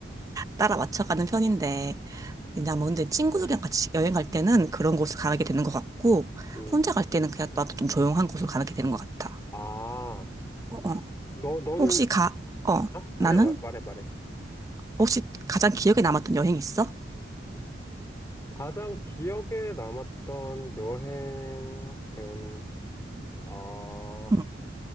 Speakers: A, on the right (about 20°); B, on the left (about 15°).
A: 따라 맞춰가는 편인데, 왜냐뭐 근데 친구들이랑 같이 여행 갈 때는 그런 곳을 가게 되는 것 같고,
B: 응.
A: 혼자 갈 때는 그냥 나도 좀 조용한 곳을 가게 되는 것 같아.
B: 아,
A: 어, 어.
B: 너, 너는,
A: 혹시 가,
B: 그-
A: 어,
B: 어? 아니야,
A: 나는?
B: 말, 말해, 말해.
A: 혹시 가장 기억에 남았던 여행 있어?
B: 가장 기억에 남았던 여행은, 어,
A: 응,